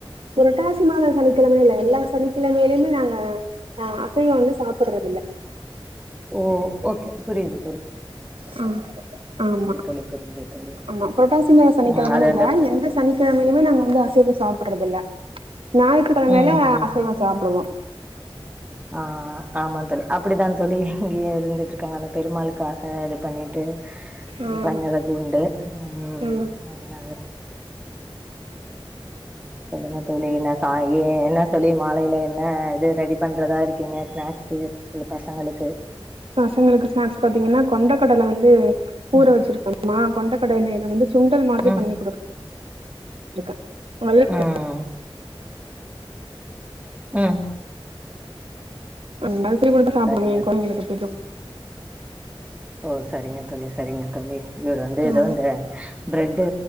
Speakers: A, on the right (about 75°); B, on the right (about 15°).
A: புரட்டாசிமாத சனிக்கெழம இல்ல எல்லா சனிக்க கிழமையிலையுமே நாங்க ஆஹ் அப்பயோ வந்து சாப்பட்றது இல்ல
B: ஓ ஓகே புரியிது
A: ஹா ஆமா
B: தோழி புரியுது தோழி
A: ஆமா புரட்டாசி மாச சனிக்கிழமன்னு
B: ம் அது
A: இல்ல
B: அந்த
A: எந்த சனிக்கிழமையிலுமே நாங்க வந்து அசைய்வோ சாப்ப போட்றதில்ல ஞாற்றுக்கிழமையில
B: ம் ம்
A: அசைவோ சாப்புடுவோ
B: ஆ ஆமா தோழி அப்டிதா தோழி இங்கியு இருந்துட்டு இருக்காங்க அந்த பெருமாளுக்காக இது பண்ணிட்டு
A: ம்
B: பண்ணுறது உண்டு உம்
A: ம்
B: அதனால ம் சொல்லுங்க தோழி என்ன சாய் ஏ என்ன தோழி மாலையில என்ன இது ரெடி பண்றதா இருக்கீங்க ஸ்நாக்ஸ்சு இந்த பசங்களுக்கு
A: பசங்களுக்கு ஸ்நாக்ஸ் பாத்தீங்கன்னா கொண்டக்கடல வந்து
B: ம்
A: ஊற வெச்சிருக்கோமா கொண்டக்கடலையில வந்து சுண்டல் மாரி
B: ம்
A: பண்ணி கொடுக்க இருக்கே நல்ல <unintelligible>
B: ம் ம்
A: <unintelligible> <unintelligible> சாப்பிடுவே
B: சரிங்க
A: எங்க கொழதைங்களுக்கு பிடிக்கோ
B: ஓ சரிங்க தோழி சரிங்க தோழி இவரு வந்து
A: ம்
B: ஏதோ இந்த பிரட்டு